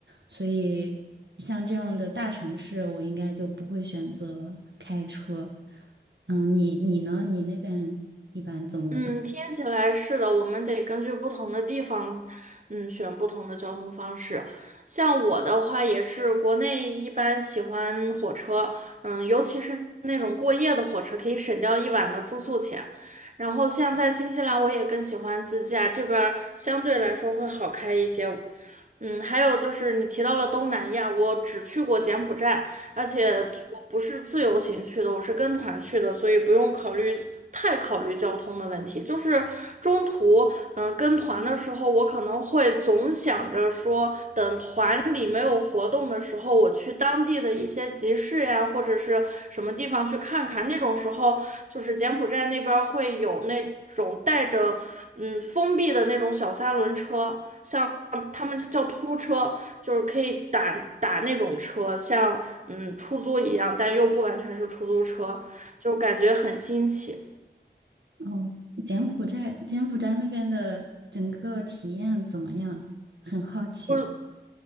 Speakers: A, on the right; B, on the right.
A: 所以像这样的大城市，我应该就不会选择开车。嗯，你你呢？你那边怎么怎么？
B: 嗯，听起来是的，我们得根据不同的地方，嗯，选不同的交通方式。像我的话，也是国内一般喜欢火车，嗯，尤其是那种过夜的火车，可以省掉一晚的住宿钱。然后像在新西兰，我也更喜欢自驾，这边儿相对来说会好开一些。嗯，还有就是你提到了东南亚，我只去过柬埔寨，而且我不是自由行去的，我是跟团去的，所以不用考虑太考虑交通的问题。就是中途嗯，跟团的时候，我可能会总想着说，等团里没有活动的时候，我去当地的一些集市呀，或者是什么地方去看看。那种时候，就是柬埔寨那边儿会有那种带着嗯封闭的那种小三轮车，像他们叫突突车，就是可以打打那种车，像嗯出租一样，但又不完全是出租车，就感觉很新奇。
A: 哦，柬埔寨，柬埔寨那边的整个体验怎么样？很好奇。
B: 就是